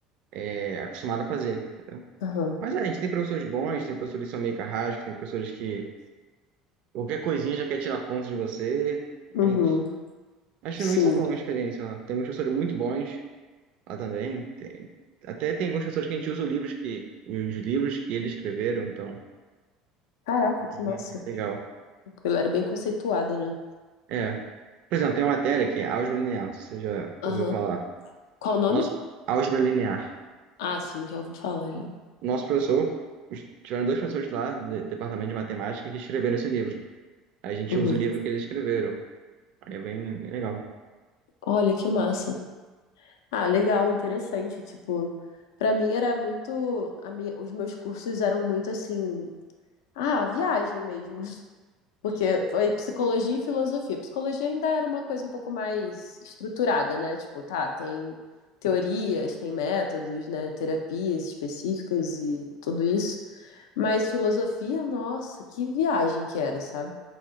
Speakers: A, on the right; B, on the left.
A: é, acostumado a fazer.
B: Aham.
A: Mas é, a gente tem professores bons, tem professores que são meio carrascos, tem professores que qualquer coisinha já quer tirar conta de você,
B: Uhum.
A: mas... Acho
B: Sim.
A: que isso é bom, uma experiência lá. Tem professores muito bons, Ah, também tem. Até tem alguns professores que a gente usa os livros que, os livros que eles escreveram, então.
B: Caraca, que
A: Uhum,
B: massa.
A: É Legal.
B: Ela era bem conceituada, né?
A: É. Por exemplo, tem uma matéria que é álgebra linear, se você já
B: Aham.
A: ouviu falar.
B: Qual o nome?
A: Nosso, álgebra linear.
B: Ah, sim, já ouvi falar já.
A: Nosso professor, os- tiveram dois professores lá do departamento de matemática que escreveram esse livro. Aí a gente
B: Uhum.
A: usa o livro que eles escreveram. Aí É bem, bem legal.
B: Olha que massa. Ah, legal, interessante. Tipo, pra mim era muito, a minha- os meus cursos eram muito assim, ah, viagem mesmo, <laughs> porque foi psicologia e filosofia. Psicologia ainda era uma coisa um pouco mais estruturada, né? Tipo, tá, tem teorias, tem métodos, né? Terapias específicas e tudo isso. Mas filosofia, nossa, que viagem que era, sabe?